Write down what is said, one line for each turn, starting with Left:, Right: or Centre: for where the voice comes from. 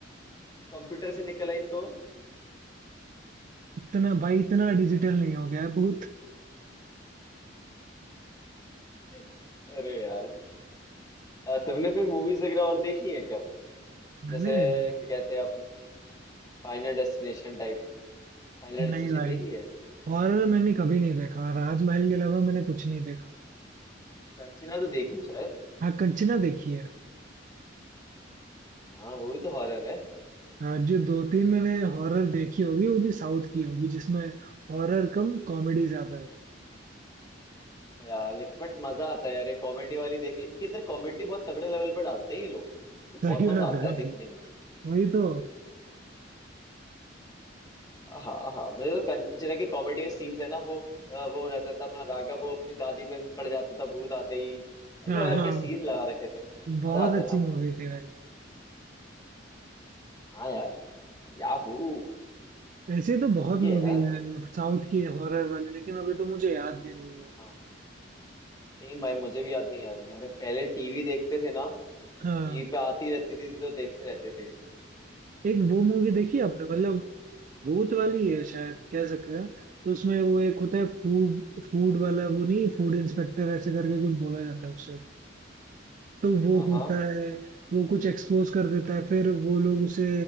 Left: कंप्यूटर से निकल आई तो
Right: इतना भाई इतना डिजिटल नहीं हो गया है भूत
Left: <laughs> अरे यार अ, तुमने कोई मूवीज वगैरह और देखी है क्या
Right: मैंने
Left: जैसे क्या कहते हैं अपनी Final Destination type Final Destination
Right: नहीं भाई
Left: देखी है
Right: हॉरर मैंने कभी नहीं देखा राजमहल के अलावा मैंने कुछ नहीं देखा
Left: कंचना तो देखी है शायद
Right: हाँ कंचना देखी है
Left: हाँ वो भी तो हॉरर है
Right: हाँ जो दो तीन मैंने हॉरर देखी होगी वो भी साउथ की होगी जिसमें हॉरर कम कॉमेडी ज्यादा है
Left: यार लेकिन बट मजा आता है यार ये कॉमेडी वाली देख इनके इधर कॉमेडी बहुत तगड़े लेवल पर डालते हैं ये लोग
Right: <laughs>
Left: तो बहुत
Right: सही
Left: मजा
Right: बात
Left: आता
Right: है भाई
Left: है देखने में
Right: वही तो
Left: हाँ हाँ मुझे तो कंचना के कॉमेडी के सीन्स है ना वो अ, वो रहता था अपना राघव वो अपनी दादी पे से चढ़ जाता था भूत आते ही अरे
Right: हाँ
Left: वो यार
Right: हाँ
Left: क्या सीन लगा रखे थे मैंने
Right: बहुत
Left: मजा आता
Right: अच्छी
Left: था
Right: मूवी थी भाई
Left: हाँ यार याहू
Right: ऐसे तो
Left: सही
Right: बहुत
Left: है
Right: मूवी
Left: यार
Right: है साउथ की हॉरर वाली लेकिन अभी तो मुझे याद भी नहीं है
Left: हाँ सेम भाई मुझे भी याद नहीं आ रही है अरे पहले टीवी देखते थे ना
Right: हाँ
Left: तो टीवी पे आती रहती थी तो देखते रहते थे
Right: एक वो मूवी देखी आपने मतलब भूत वाली है शायद कह सकते हैं तो उसमें वो एक होता है फूड फूड वाला वो नहीं फूड इंस्पेक्टर ऐसे करके कुछ बोला जाता है उससे तो वो होता
Left: हाँ
Right: है वो कुछ एक्सपोज कर देता है फिर वो लोग उसे